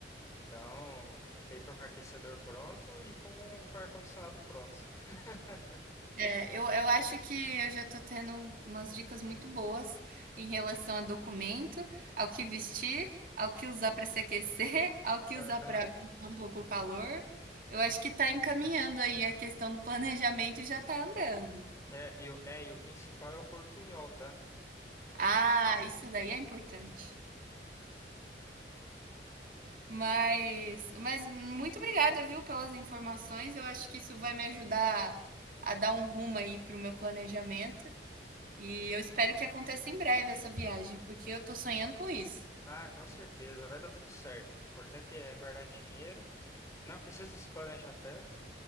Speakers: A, on the left (about 20°); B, on the right (about 50°).
A: Então, fica com o aquecedor pronto e com, com o ar-condicionado pronto. <laughs>
B: É, eu, eu acho que eu já estou tendo umas dicas muito boas em relação a documento, ao que vestir, ao que usar para se aquecer, <laughs> ao que
A: Aham.
B: usar para passar um pouco o calor. Eu acho que está encaminhando aí a questão do planejamento e já está andando.
A: É, e, o- é, e o principal é o portunhol, tá?
B: Ah, isso daí é importante. Mas, mas muito obrigada, viu, pelas informações. Eu acho que isso vai me ajudar a dar um rumo aí para o meu planejamento E eu espero que aconteça em breve essa viagem, porque eu tô sonhando com isso.
A: Ah, com certeza, vai dar tudo certo. O importante é guardar dinheiro. Não precisa se planejar tanto,